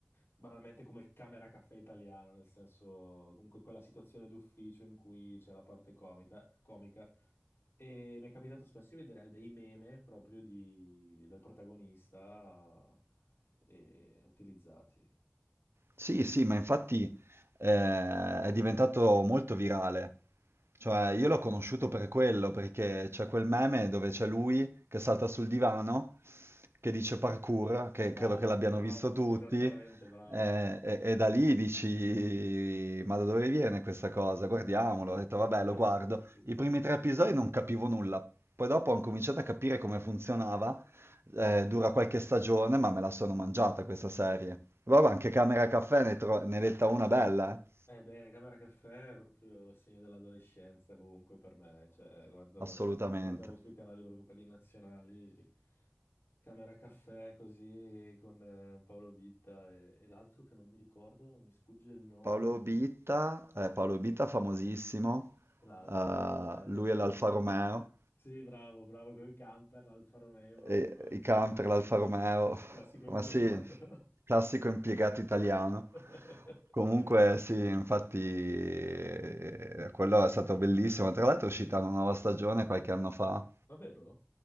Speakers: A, on the left; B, on the right.
A: banalmente come il camera caffè italiano, nel senso, comunque quella situazione d'ufficio in cui c'è la parte comica, comica e mi è capitato spesso di vedere dei meme proprio di- del protagonista eh, utilizzati.
B: Sì, sì, ma infatti eh, è diventato molto virale. Cioè, io l'ho conosciuto per quello, perché c'è quel meme dove c'è lui che salta sul divano, che dice parkour, che
A: Bravo,
B: credo che l'abbiano
A: bravo,
B: visto tutti,
A: esattamente, bravo.
B: eh, e, e da lì dici, ma da dove viene questa cosa? Guardiamolo. Ho detto, vabbè,
A: Eh
B: lo guardo.
A: sì, sì, sì.
B: I primi tre episodi non capivo nulla, poi dopo ho cominciato a capire come funzionava. Eh, dura qualche stagione, ma me la sono mangiata questa serie. Vabbè,
A: Eh,
B: anche
A: sì.
B: Camera Caffè ne, tro- ne detta una bella, eh?
A: Eh, beh, Camera Caffè è proprio il segno dell'adolescenza comunque per me, cioè guardavo,
B: Assolutamente.
A: guardavo sui canali proprio quelli nazionali, Camera Caffè così con eh, Paolo Bitta e, e l'altro che non mi ricordo, non mi sfugge il nome,
B: Paolo Bitta, eh, Paolo Bitta famosissimo,
A: e l'altro...
B: eh,
A: eh,
B: lui è l'Alfa Romeo,
A: Sì, bravo, bravo con i camper, l'Alfa Romeo, proprio
B: e i camper,
A: classico,
B: l'Alfa Romeo,
A: classico
B: <laughs>
A: impiegato.
B: ma sì, classico impiegato italiano.
A: <laughs>
B: Comunque sì, infatti eh, quello è stato bellissimo, tra l'altro è uscita una nuova stagione qualche anno fa,
A: Davvero?